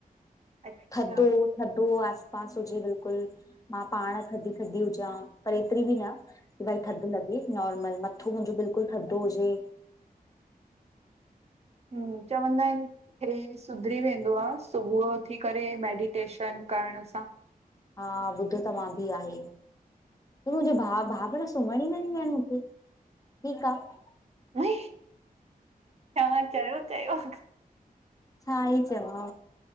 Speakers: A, on the right; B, on the left.
A: अच्छा
B: थधो, थधो आस पास हुजे बिल्कुलु मां पाण। थधी थधी हुजां पर एतिरी बि न की भाई थध लॻे। नॉर्मल, मथो मुंहिंजो बिल्कुलु थधो हुजे।
A: हु, चवंदा आन। हे सुधरी वेंदो आह, सुबुह उथी करे मेडिटेशन करण सां।
B: हा ॿुधो त मां बि आहे। तूं मुंहिंजे भाउ, भाउ, भेण सुम्हण ई नंदी आहिनि मूंखे ठीकु आह।
A: मई, तवा चयो, चयो।
B: छा ई चवा,